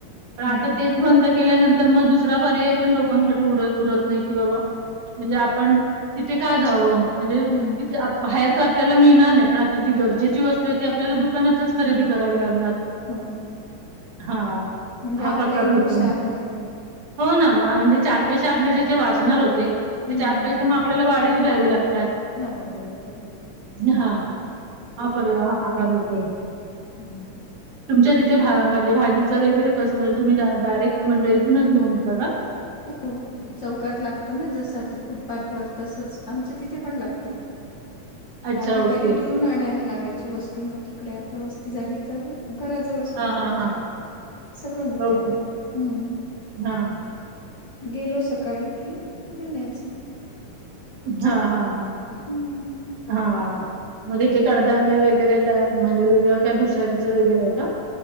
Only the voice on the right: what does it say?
पण आता
तेच बंद केल्यानंतर तर मग दुसरा पर्याय पण लोकांकडे उड उरत नाही की बाबा म्हणजे आपण तिथे का जाव. म्हणजे
तिथे बाहेर तर आपल्याला मिळणार नाही. पण आता जी गरजेची वस्तू आहे ती आपल्याला दु दुकानातच खरेदी करावी लागणार.
हा
हा
प्रकार
होतो
हो ना म्हणजे चार पैसे आपले जिथे वाचणार होते, ते
चार पैसे
म आपल्याला वाढीव द्यावे लागतात.
हा हा हा प्रकार होतोय.
तुमच्या तिथे भा म्हणजे भाजीच वगैरे कस, म्हणजे तुम्ही डायरेक्ट मंडईतूनच घेऊन येता का?
<inaudible>
ओके
हा
हा
हा
ओके
हा
हा हा हा
हा मग तिथे कडधान्य वगैरे त्या म्हणजे वेगळ काय भुशारीच वैगरे का?